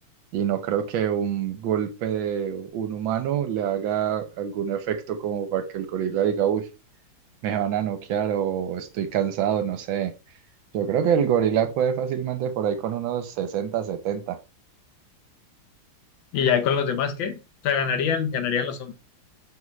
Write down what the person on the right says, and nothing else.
Y no creo que un golpe de un humano le haga algún efecto como para que el gorila diga, uy, me van a noquear o estoy cansado, no sé. Yo creo que el gorila puede fácilmente por ahí con unos 60 70.